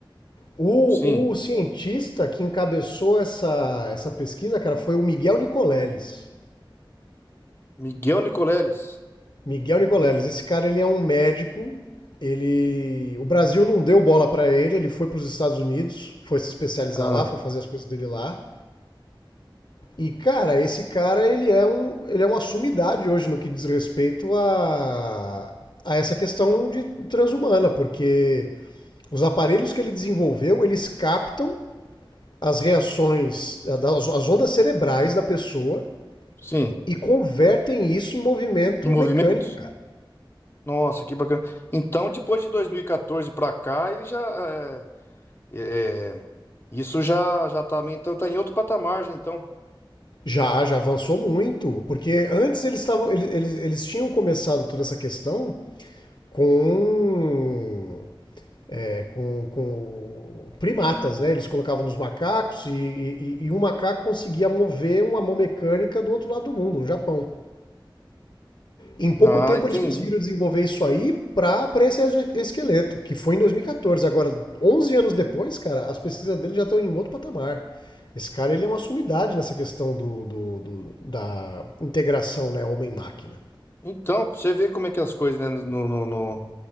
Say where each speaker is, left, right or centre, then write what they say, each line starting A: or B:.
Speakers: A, on the left; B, on the left.
A: O,
B: Sim.
A: o cientista que encabeçou essa, essa pesquisa, cara, foi o Miguel Nicoleles.
B: Miguel Nicoleles.
A: Miguel Nicoleles, esse cara ele é um médico. Ele, o Brasil não deu bola pra ele, ele foi pros Estados Unidos, foi se especializar
B: Ah,
A: lá, foi fazer as coisas dele lá. E cara, esse cara ele é um, ele é uma sumidade hoje no que diz respeito a a essa questão de transhumana, porque os aparelhos que ele desenvolveu, eles captam as reações, as as ondas cerebrais da pessoa
B: sim.
A: e convertem isso em movimento
B: Em movimentos?
A: mecânico, cara.
B: Nossa, que bacana. Então, depois de 2014 para cá, ele já é, é, é, isso já já tá meio- então tá em outro patamar, já, então.
A: Já, já avançou muito, porque antes eles estavam, eles, eles, eles tinham começado toda essa questão com, é, com, com primatas, né? Eles colocavam nos macacos e, e, e um macaco conseguia mover uma mão mecânica do outro lado do mundo, no Japão. Em pouco
B: Ah,
A: tempo
B: entendi.
A: eles conseguiram desenvolver isso aí para esse esqueleto, que foi em 2014. Agora, 11 anos depois, cara, as pesquisas dele já estão em um outro patamar. Esse cara ele é uma sumidade nessa questão do, do- do- da integração né, homem-máquina.
B: Então, pra você ver como é que as coisas, né, no, no, no-